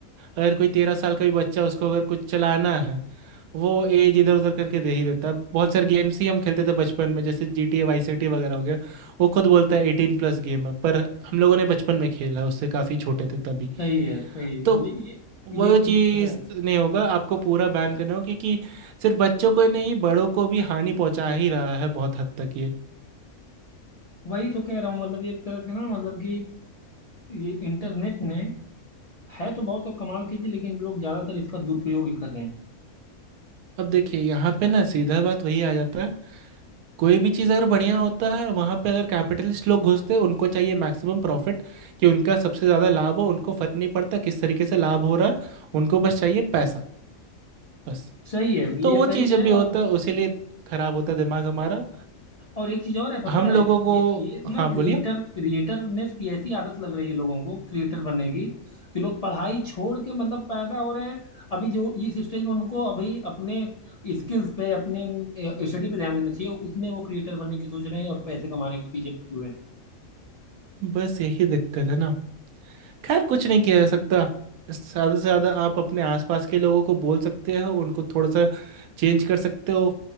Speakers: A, on the right; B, on the left.
A: अगर कोई तेरह साल का भी बच्चा उसको अगर कुछ चलाना है वो एज इधर उधर करके दे ही देता है बहुत सारे गेम्स ही हम खेलते थे बचपन में जैसे G T A Vice City वगैरह हो गया वो खुद बोलता है एटीन प्लस गेम है पर हम लोगों ने बचपन में खेला उससे काफ़ी छोटे थे तभी
B: सही है सही है
A: तो
B: ये ये
A: वो
B: ये
A: चीज़
B: ये तो है
A: नहीं होगा आपको पूरा बैन करना होगा क्योंकि सिर्फ बच्चों को ही नहीं बड़ों को भी हानि पहुंचा ही रहा है बहुत हद तक ये
B: वही तो कह रहा हूँ मतलब ये एक तरह से ना मतलब कि ये इंटरनेट ने है तो बहुत तो कमाल की चीज लेकिन लोग ज्यादातर इसका दुरुपयोग ही कर रहे हैं
A: अब देखिए यहाँ पे ना सीधा बात वही आ जाता है कोई भी चीज़ अगर बढ़िया होता है वहाँ पे अगर कैपिटलिस्ट लोग घुसते हैं, उनको चाहिए मैक्सिमम प्रॉफिट कि उनका सबसे ज़्यादा लाभ हो उनको फ़र्क नहीं पड़ता किस तरीके से लाभ हो रहा है उनको बस चाहिए पैसा बस
B: सही है
A: तो
B: ये
A: वो
B: सही
A: चीज़
B: है
A: जब भी होता
B: और
A: है उसी लिए खराब होता है दिमाग हमारा
B: और एक चीज और है पता
A: हम
B: है
A: लोगों को
B: ये ये ना
A: हाँ
B: क्रिएटर
A: बोलिए
B: क्रिएटर ने की ऐसी आदत लग रही है लोगों को क्रिएटर बनने की कि लोग पढ़ाई छोड़ के मतलब पैदा हो रहे हैं अभी जो इस स्टेज में उनको अभी अपने स्किल्स पे अपने स्टडी पे ध्यान देना चाहिए उसमें वो क्रिएटर बनने की सोच रहे हैं और पैसे कमाने के पीछे पड़े हुए हैं
A: बस यही दिक्कत है ना खैर कुछ नहीं किया जा सकता ज़्यादा से ज़्यादा आप अपने आसपास के लोगों को बोल सकते हो उनको थोड़ा सा चेंज कर सकते हो